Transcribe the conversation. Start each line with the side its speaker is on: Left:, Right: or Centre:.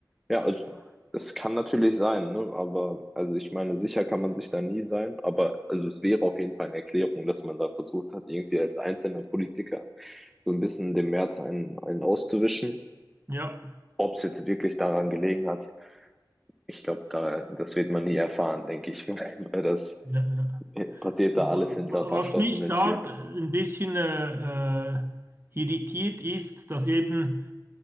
Centre: Ja, also es kann natürlich sein, ne? Aber also ich meine, sicher kann man sich da nie sein, aber also es wäre auf jeden Fall eine Erklärung, dass man da versucht hat, irgendwie als einzelner Politiker so ein bisschen dem März einen, einen auszuwischen.
Right: Ja.
Centre: Ob es jetzt wirklich daran gelegen hat, ich glaube, da, das wird man nie erfahren, denke ich mal. <laughs> Weil Das
Right: Ja, ja.
Centre: äh, passiert
Right: Was
Centre: da alles hinter verschlossenen
Right: mich da
Centre: Türen.
Right: ein bisschen äh, äh, irritiert ist, dass eben